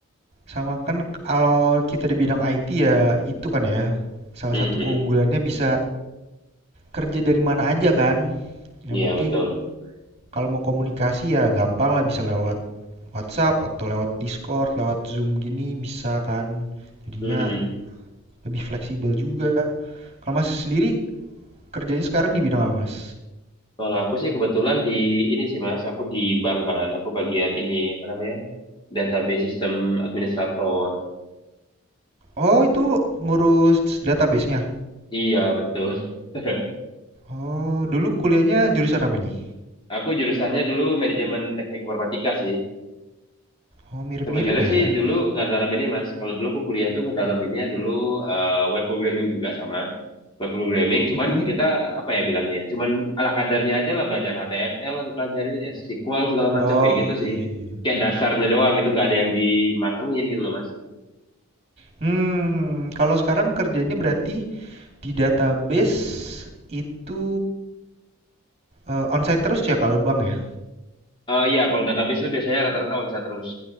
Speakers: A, on the right (about 30°); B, on the left (about 20°).
A: Sama kan kalau kita di bidang IT ya itu kan ya salah
B: Hmm,
A: satu
B: hmm.
A: keunggulannya bisa kerja dari mana aja kan. Yang
B: Iya,
A: penting
B: betul.
A: kalau mau komunikasi ya gampang lah bisa lewat WhatsApp atau lewat Discord, lewat Zoom gini bisa kan. Jadinya
B: Hmm, hmm.
A: lebih fleksibel juga. Kalau Mas sendiri kerjanya sekarang di bidang apa Mas?
B: Kalau aku sih kebetulan di ini sih Mas, aku di bank kan, aku bagian ini apa namanya? Database System Administrator.
A: Oh itu ngurus database-nya.
B: Iya, betul. <laughs>
A: Oh dulu kuliahnya jurusan apa nih?
B: Aku jurusannya dulu manajemen teknik informatika sih.
A: Oh mirip-mirip
B: Sebenarnya
A: ya.
B: sih dulu nggak dalam ini mas. Kalau dulu aku kuliah tuh ngedalaminnya dulu eh, web programming juga sama web programming. Cuman
A: Mm-mm.
B: kita apa ya bilangnya? Cuman ala kadarnya aja lah belajar HTML, lah dipelajarin SQL segala macam
A: Oh
B: kayak gitu sih.
A: iya iya.
B: Kayak dasarnya doang gitu nggak ada yang dimatengin gitu loh mas.
A: Hmm, kalau sekarang kerjanya berarti di database itu eh, onsite terus ya kalau Bang ya?
B: Eh iya, kalau database itu biasanya rata-rata on onsite terus.